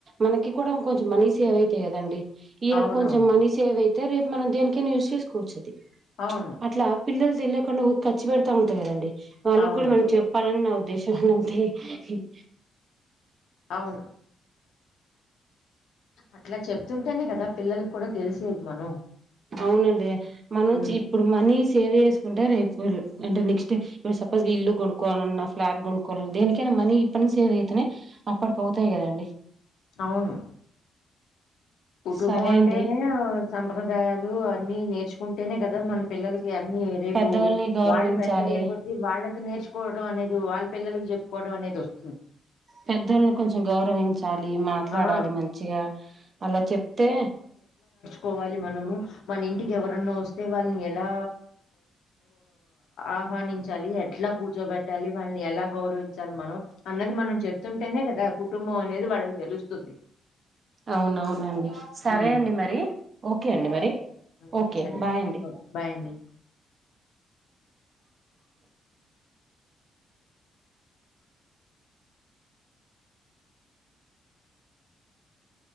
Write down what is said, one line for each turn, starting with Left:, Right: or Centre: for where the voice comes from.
Right: మనకి కూడా ఇంకొంచెం మనీ సేవ్ అవుతాయి కదండి ఈ నెల
Left: అవునవును
Right: కొంచెం మనీ సేవ్ అయితు అయితే రేపు మనం దేనికైనా యూస్ చేసుకోవచ్చు అది
Left: అవును
Right: అట్లా పిల్లలు తెలియకుండా ఉక్ ఖర్చు పెడతా ఉంటది కదండి వాళ్ళకి
Left: అవును
Right: కూడా మనం చెప్పాలని నా ఉదే దేశం అన్నంతే ఇన్
Left: అవును అట్లా చెప్తుంటేనే కదా పిల్లలకి కూడా తెలిసేది మనం
Right: అవునండీ మనం
Left: ఉమ్,
Right: చి ఇప్పుడు మనీ సేవ్ చేసు కుంటే రేపు అంటే నెక్స్ట్ ఇప్పుడు సపోజ్ ఇల్లు కొనుక్కోవాలన్న, ఫ్లాట్ కొనుక్కోవాల దేనికైనా మనీ ఇప్పట్నుండి సేవ్ అయితేనే అప్పటికి అవుతాయి కదా అండి
Left: అవును. కుటుంబం
Right: సరే
Left: అంటేనే
Right: అండి
Left: సంప్రదాయాలు అన్ని నేర్చుకుంటేనే కదా మన పిల్లలకి అన్ని రేపు
Right: పెద్దవాళ్ళని గౌరవించాలి
Left: వాళ్ళు పెద్దయ్యే కొద్దీ వాళ్ళకి నేర్చుకోవడం అనేది వాళ్ళ పిల్లల చెప్పుకోవడం అనేది వస్తుంది
Right: పెద్దల్ని కొంచెం గౌరవిం చాలి మాట్లాడాలి
Left: ఆ
Right: మంచిగా అలా చెప్తే
Left: కోవాలి మనము మన ఇంటికి ఎవరన్నా వస్తే, వాళ్ళని ఎలా ఆహ్వానించాలి, ఎట్లా కూర్చో పెట్టాలి, వాళ్ళని ఎలా గౌరవిం చాలి మనం అన్నది మనం చె ఉంటేనే కదా కుటుంబం అనేది వాళ్ళ తెలుస్తుంది
Right: అవునవునండి. సరే
Left: ఉమ్,
Right: అండి మరీ, ఓకే అండి మరి
Left: ఆ,
Right: ఓకే
Left: సరే
Right: బాయ్ అండి
Left: ఓకే, బాయ్ అండి